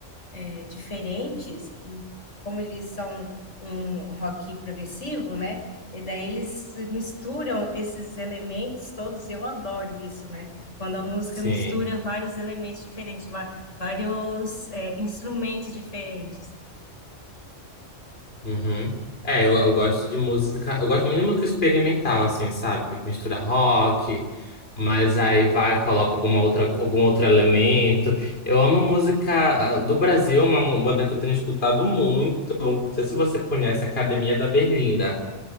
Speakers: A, on the left; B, on the left.
A: é, diferentes, como eles são um rock progressivo, né? E daí eles misturam esses elementos todos, eu adoro isso, né? Quando a música
B: Sim.
A: mistura vários elementos diferentes, va- vários, é, instrumentos diferentes.
B: Uhum. É, eu, eu gosto de música, eu gosto muito de música experimental, assim, sabe? Que mistura rock, mas aí vai, coloca alguma outra, algum outro elemento. Eu amo música ah, do Brasil, uma mu- banda que eu tenho escutado muito. Não sei se você conhece, Academia da Berlinda.